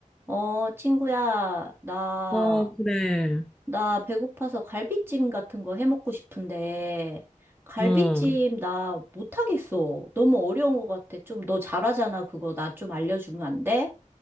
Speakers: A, on the right; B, in the centre.
A: 어, 친구야, 나,
B: 어, 그래.
A: 나 배고파서 갈비찜 같은 거 해먹고 싶은데, 갈비찜
B: 응.
A: 나 못하겠어. 너무 어려운 것 같아. 좀 너 잘하잖아. 그거 나 좀 알려주면 안 돼?